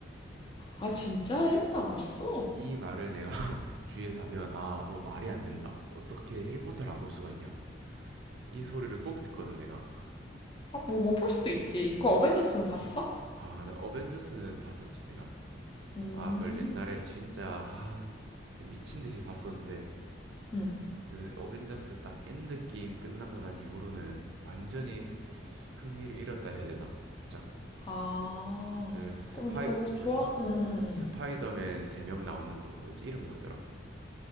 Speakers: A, on the left; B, on the right.
A: 아 진짜? 1부도 안 봤어?
B: 이 말을 내가 <laughs> 주위에서 하면, 아, 너 말이 안 된다. 어떻게 해리포터를 안 볼 수가 있냐. 이 소리를 꼭 듣거든, 내가.
A: 아, 뭐 못 볼 수도 있지. 그 어벤져스는 봤어?
B: 아, 나 어벤져스는 봤었지, 내가.
A: 음.
B: 마블 옛날에 진짜, 아, 진짜 미친 듯이 봤었는데,
A: 음.
B: 요새 어벤져스 딱 엔드 게임 끝나고 난 이후로는 완전히 흥미를 잃었다 해야 되나? 살짝
A: 아.
B: 그 스파이
A: 그럼 거기서 좋아?
B: 뭐지?
A: 음, 음, 음. 음.
B: 스파이더맨 3명 나오는 거 뭐였지? 이름 뭐였더라?